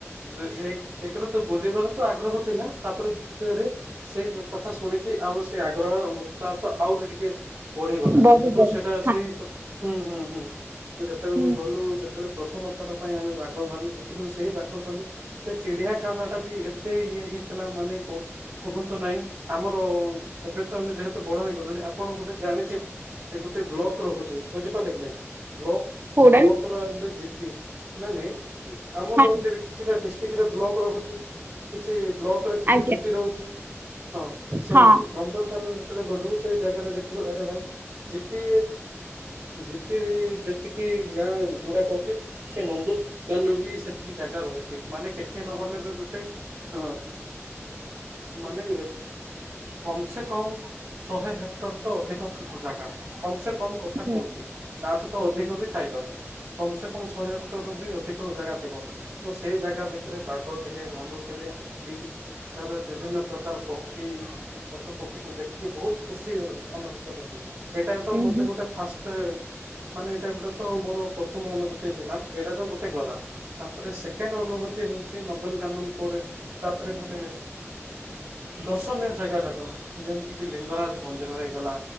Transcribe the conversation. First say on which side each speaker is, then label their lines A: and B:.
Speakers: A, on the right (about 80°); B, on the right (about 45°).
A: ତ ଏକ ଏକଗରେ ତ ବୁଲିବାର ତ ଆଗ୍ରହ ଥିଲା ତାପରେ ଦୁର୍ତିୟ ରେ। ସେଇ କଥା ଶୁଣିକି ଆମର ସେଇ ଆଗ୍ରହ ଉତ୍ସାହ ତ ଆଉ ଟିକେ। ଟିକେ ବଢିଗଲା
B: ବଢିବ
A: ତ ସେଇଟା
B: ହଁ
A: ସେଇ କଥା ହୁଁ ହୁଁ ହୁଁ ତ ଯେତେବେଳେ
B: ହୁଁ
A: ଗଲୁ ତଲେ ପ୍ରଥମ ଥର ପାଇଁ ଆମେ ବାଘ ଭାଲୁ ଦେଖିଲୁ ସେହି ବାଘ ଭାଲୁ। ସେ ଚିଡିଆଖାନା ଟା ବି ଏତେ ଇଏ ହେଇଥିଲା ମାନେ କ। କୁହନ୍ତୁ ନାହିଁ ଆମର ଏବେ ତ ଆମେ ଯେହେତୁ ବଡ ହେଇଗଲୁଣି ଆ। ଆପଣ ଗୋଟେ ଜାଣିଥିବ ଗୋଟେ ବ୍ଲକ ରହୁଛି ବୁଝିପାରିଲେ କି ନାଇଁ। ବ୍ଲ
B: କୋଡା
A: ବ୍ଲକ ର ଗୋଟେ ଜିପି ନ ନାଇଁ ଆମର
B: ହଁ
A: କିଛିଟା ଡିଷ୍ଟ। ଡିଷ୍ଟିକ ରେ ବ୍ଲକ୍ ରହୁଛି। କିଛି ବ୍ଲକରେ କିଛି
B: ଆଜ୍ଞା
A: ଜିପି ରହୁଛି ହଁ ସେମିତି
B: ହଁ
A: ନନ୍ଦନକାନନ ଯେତେବେଳେ ଗଲୁ ସେଇ। ଜାଗରେ ଦେଖିଲୁ ଆରେ ଭାଇ ଜିପି ଜିପି ରେ ଯେତିକି ଗାଁ ଗୁଡାକ ଅଛି। ସେ ନନ୍ଦ କାନ ବି ସେତିକି ଜାଗା ରହିଛି ମାନେ କିଛି ନହେଲେ ବି ଗୋଟେ। ହଁ। ମାନେ କମ ସେ କମ ଶହେ ହେ। ହେକ୍ଟର ତ ଅଧିକ ଥିବ ଜାଗା ଟା କମ ସେ କମ କଥା
B: ହୁଁ
A: କହୁଛି ତାଠୁ ତ ଅଧିକ ବି ଥାଇପାରେ। କମ ସେ କମ ଶହେ ହେକ୍ଟର ରୁ ବି ଅଧିକ ଜାଗା ଥିବ। ତ ସେଇ ଜାଗା ଭିତରେ ବାଘ ଥିଲେ ଭାଲୁ ଥିଲେ ହାତୀ। ତାପରେ ବିଭିନ୍ନ ପ୍ରକାର ପକ୍ଷୀ ପଶୁ ପକ୍ଷୀକୁ ଦେଖିକି ବହୁତ ଖୁସି। ଅନୁଭୂତ ହେଲି ଏଟା ତ
B: ହୁଁ
A: ମତେ
B: ହୁଁ
A: ଗୋଟେ ଫାଷ୍ଟ। ମାନେ ଏଇଟା ଗୋଟେ ତ ମୋର ପ୍ରଥମ ଅନୁଭୂତି ଥିଲା ଏଇଟା ତ ଗୋଟେ ଗଲା ତାପରେ ସେକେଣ୍ଡ ଅନୁଭୂତି। ହଉଛି ନନ୍ଦନକାନନ ପରେ ତାପରେ ଗୋଟେ। ଦର୍ଶନୀୟ ଜାଗା ଜାଗା ଯେମିତି କିି ଲିଙ୍ଗରାଜ ମନ୍ଦିର ହେଇଗଲା।